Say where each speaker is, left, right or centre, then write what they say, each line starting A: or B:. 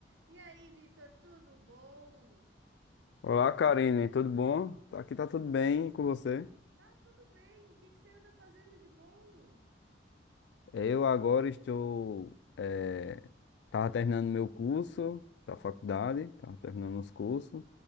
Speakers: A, on the right (about 85°); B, on the left (about 70°).
A: E aí, Vitor, tudo bom?
B: Olá, Karine, tudo bom? Aqui tá tudo bem e com você?
A: Tá tudo bem. O que que você anda fazendo de bom?
B: Eu agora estou. eh, tava terminando meu curso da faculdade, tava terminando os cursos,